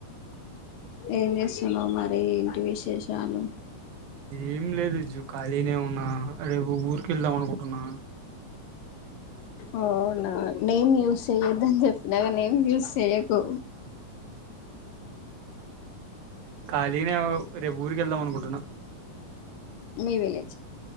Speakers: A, on the left (about 75°); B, on the right (about 80°).
A: ఏం చేస్తున్నా మరి ఇంటి విష చేసాలు
B: ఏం లేదు జు ఖాళీనే ఉన్నా రేపు ఊరిక వెళ్దాం అనుకుంటున్నా
A: అవునా నేమ్ యూస్ చెయ్యొద్దని చెప్పినాక నేమ్ యూస్ చెయ్యకు
B: ఖాళీనే రేపు ఊరిక వెళ్దాం అనుకుంటున్నా
A: మీ మలేచ